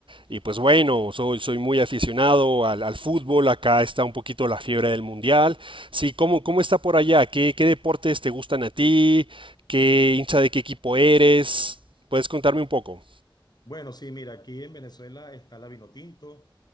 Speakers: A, on the right (about 70°); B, on the left (about 50°).
A: Y pues bueno, soy, soy muy aficionado al, al fútbol. Acá está un poquito la fiebre del mundial. Sí, ¿cómo, cómo está por allá? ¿Qué, qué deportes te gustan a ti? ¿Qué hincha de qué equipo eres? ¿Puedes contarme un poco?
B: Bueno, sí, mira, aquí en Venezuela está la Vinotinto,